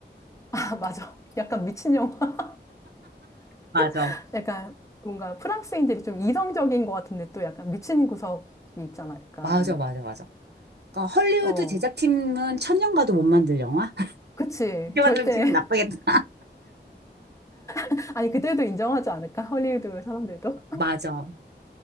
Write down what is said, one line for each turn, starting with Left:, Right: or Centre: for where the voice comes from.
Left: 아, 맞아. 약간 미친 영화.
Right: 맞아.
Left: <laughs> 약간 뭔가 프랑스인들이 좀 이성적인 것 같은데 또 약간 미친 구석이 있잖아, 약간.
Right: 맞아, 맞아, 맞아. 그러니까 헐리우드
Left: 어,
Right: 제작팀은 천년 가도 못 만들 영화? <laughs>
Left: 그치.
Right: 이렇게 만들면
Left: 절대.
Right: 기분 나쁘겠다.
Left: <laughs> 아니, 그들도 인정하지 않을까? 헐리우드 사람들도?
Right: 맞아.